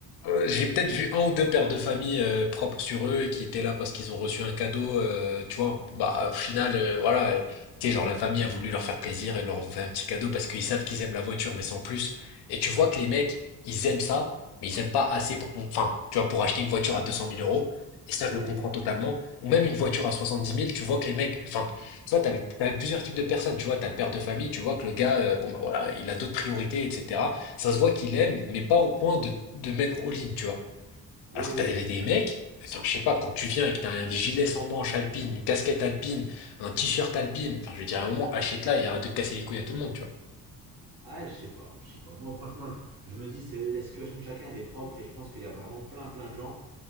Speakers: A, on the left; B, on the right.
A: Euh, j'ai peut-être vu un ou deux pères de famille euh, propres sur eux et qui étaient là parce qu'ils ont reçu un cadeau. euh, tu vois, bah, au final, euh, voilà, euh, tu sais, genre la famille a voulu leur faire plaisir et leur ont fait un petit cadeau parce qu'ils savent qu'ils aiment la voiture, mais sans plus. Et tu vois que les mecs, ils aiment ça, mais ils aiment pas assez pour, enfin, tu vois, pour acheter une voiture à deux cent mille euros. Et ça,
B: Oui,
A: je le comprends totalement. Ou même une voiture à soixante-dix mille. tu vois que les mecs, enfin, tu vois, t'avais, t'avais plusieurs types de personnes. Tu vois, t'as le père de famille, tu vois que le gars, euh, bon, bah voilà, il a d'autres priorités, etc. Ça se voit qu'il aime, mais pas au point de, de mettre all-in, tu vois.
B: oui,
A: Alors
B: oui.
A: que t'as
B: oui.
A: des, des mecs, enfin, je sais pas, quand tu viens et que t'as un gilet sans manches alpine, une casquette alpine, un t-shirt alpine, enfin, je veux dire, à un moment, achète-la et arrête de casser les couilles à tout le monde, tu vois.
B: Ouais, je sais pas, je sais pas. Moi, franchement, je, je me dis, c'est la situation de chacun, elle est propre et je pense qu'il y a vraiment plein, plein de gens.